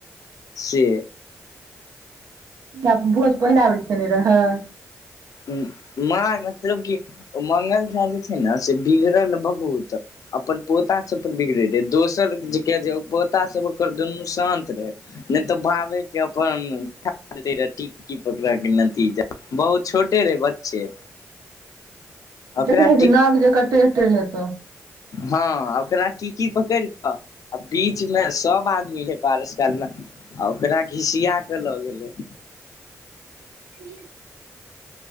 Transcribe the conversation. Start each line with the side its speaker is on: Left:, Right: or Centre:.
Left: से
Right: आब भोज पहिला बेर खेने रहै।
Left: हु माय मतलब की मंगल झा जे छै ने से बिगड़ल बहुत अपन पोता सब तब बिगड़े रहे दोसर जे के जे उ पोता सब ओकर दुनू शांत रहे ने तऽ भावे के अपन <inaudible> टीक की पकड़ा के नतीजा बहुत छोटे रहे बच्चे। ओकरा
Right: देखने छी नाक जकर टेढ़ टेढ़ हेतो।
Left: हां ओकरा टिकी पकड़ कऽ आ बीचमे सब आदमी रहै पारस कालमे आ ओकरा घिसिया कऽ लऽ गेलै।
Right: <unintelligible>